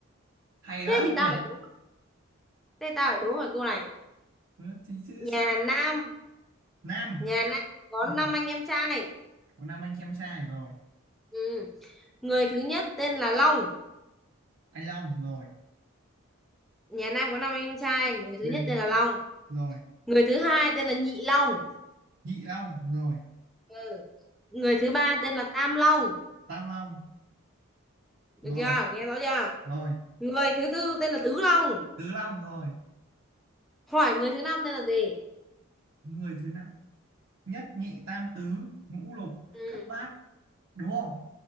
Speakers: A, on the right; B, in the centre.
A: hay
B: thế
A: đấy
B: thì
A: được
B: tao lại đúng thế tao lại đúng mày cô này
A: Ừ, thì sẽ sẽ
B: nhà
A: là
B: Nam
A: Nam
B: nhà Nam có
A: ừ. ừ.
B: năm anh em trai
A: có Nam anh em trai rồi
B: ừ. người thứ nhất tên là Long
A: anh Long rồi
B: nhà Nam có năm anh em trai người thứ
A: ừ.
B: nhất
A: Ừ.
B: tên là Long
A: rồi
B: người thứ hai tên là Nhị Long
A: Nhị Long rồi
B: ừ. người thứ ba tên là Tam Long
A: Tam Long
B: được
A: rồi
B: chưa nghe rõ chưa
A: rồi
B: người thứ tư tên là Tứ Long
A: Tứ Long rồi
B: hỏi người thứ năm tên là gì
A: người thứ năm nhất nhị tam tứ ngũ lục
B: ừ.
A: thất bát đúng không